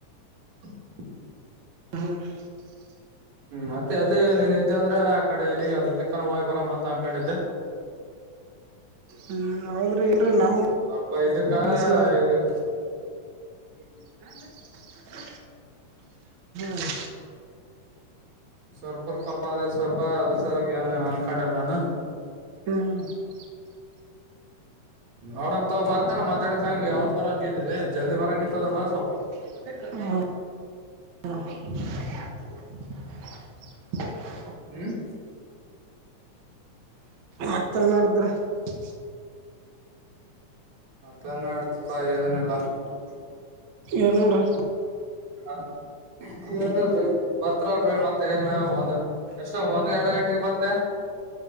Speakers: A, on the right; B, on the right.
A: <unintelligible>
B: ಹ ಹ <unintelligible>
A: ಮತ್ತೆ ಅಲ್ಲಿ ನೀನ್ ಇದ್ದೆ ಅಂದ್ರೆ ಆ ಕಡೆ ಎಲ್ಲಿಗೆ ಅ ಇದಕ್ಕಾನ ಹೋಯ್ ಬರಾಮ ಅಂತ ಅನ್ಕೊಂಡಿದ್ದೆ
B: ಹ್ಮ್ ಹೌದ್ರಿ
A: <unintelligible>
B: ಇಲ್ರಿ ನಮಗ್
A: ಸ್ವಲ್ಪ ಇದುಕ್ಕ
B: ಕಲ್ಸಿ
A: ದು <unintelligible>
B: ಹ್ಮ ಹಾ <unintelligible>
A: ಸ್ವಲ್ಪರ್ಕ ಅ ಸ್ವಲ್ಪ ಅದ್ರ ಸಲಾಗಿ ಏನ್ ಅನ್ಕೊಂಡಾರ ನಾನ <unintelligible>
B: ಹ್ಮ್ ಹ್ಮ <unintelligible>
A: ನೋಡಂಂತ ಬರ್ತಲ್ಲ ಮ್ಯಾಹ್ಕ ಹಂಗಗೆ ಯಾಗ ಬಂಗಿದಿದೆ ಜಲ್ದಿ ಬರಂಗಿತ್ತದ್ರ ಬಸ್ <unintelligible>
B: ಹ್ಮ <unintelligible> ಎ <unintelligible>
A: ಹ್ಮ್ <unintelligible>
B: ಮತ್ತನ್ ನೋಡಿದ್ರ <unintelligible>
A: ಹ ತನ್ನ ಆಡ್ತಪ್ಪ ಏನೆಲ್ಲ <unintelligible>
B: ಏನಿಲ್ರಿ
A: ಹ ನೀ ಏನಲ್ರರಿ <unintelligible> ಬರ್ತರಲ್ರರಿ ಮತ್ತ ಏನ್ ಒಂದ್ ಎಷ್ಟೋ ಒಂದ್ ಎರಡ್ ಗಂಟೆಗೆ ಬರ್ತ <unintelligible>